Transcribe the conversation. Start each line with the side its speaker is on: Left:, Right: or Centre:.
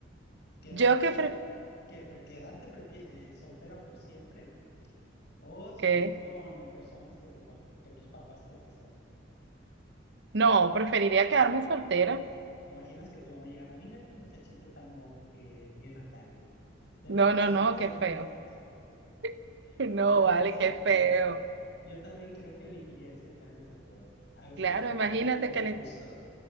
Left: ¿quedarte,
Right: Yo que
Left: sol-
Right: pref-
Left: que, pre- quedarte prefi- eh, soltera por siempre o salir
Right: ¿qué?
Left: con personas que, tu pa- que tus papás te presenten? ¿no?
Right: No, preferiría quedarme soltera.
Left: Sí. ¿Te imaginas que tu mamá llegara, mira este muchachito tan guapo que vi en la calle? Te lo
Right: No,
Left: presenté
Right: no, no, qué
Left: a
Right: feo.
Left: mi hija,
Right: <laughs>
Left: <laughs>
Right: No,
Left: quedarte
Right: vale,
Left: soltera.
Right: qué feo.
Left: Yo también creo que elegiría eso de quedarme soltero. A veces
Right: Claro,
Left: los papás
Right: imagínate
Left: tienen mal
Right: que le,
Left: gusto.